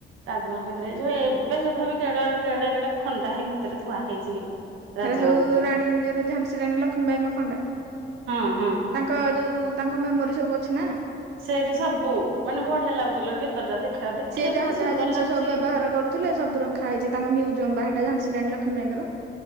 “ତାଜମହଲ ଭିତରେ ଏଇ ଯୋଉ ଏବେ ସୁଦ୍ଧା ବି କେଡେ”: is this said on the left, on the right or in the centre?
Right